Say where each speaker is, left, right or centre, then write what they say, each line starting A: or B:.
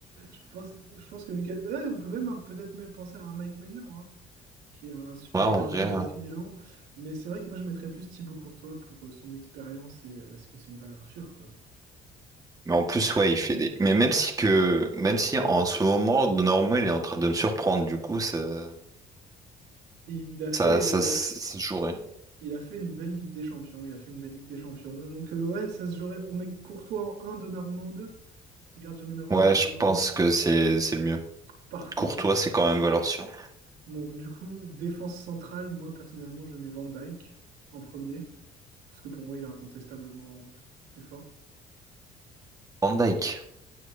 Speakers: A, on the right; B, on the right.
A: Je pense, je pense que Lucas. ouais, on peut même un- peut-être même penser à un Mike Maignan, hein, qui est un super
B: Ouais, en
A: gardien
B: vrai.
A: avec Milan. Mais c'est vrai que moi, je mettrais plus Thibaut Courtois pour euh, son expérience et euh, parce que c'est une valeur sûre, quoi.
B: Mais en plus, ouais, il fait des. Mais même si que, même si en ce moment, Normand, il est en train de me surprendre, du coup, ça,
A: Et Il a fait,
B: ça, ça,
A: euh,
B: ça, se jouerait.
A: il a fait une belle Ligue des Champions. Il a fait une belle Ligue des Champions. Donc, euh, ouais, ça se jouerait. On met Courtois en un, Donnarumma en 2. Gardien numéro
B: Ouais,
A: un, gardien
B: je
A: numéro
B: pense
A: 2.
B: que c'est, c'est le mieux.
A: Parfait.
B: Courtois, c'est quand même valeur sûre.
A: Bon, du coup, défense centrale, moi personnellement, je mets Van Dyke en premier, parce que pour moi, il est incontestablement plus fort.
B: Van Dyke.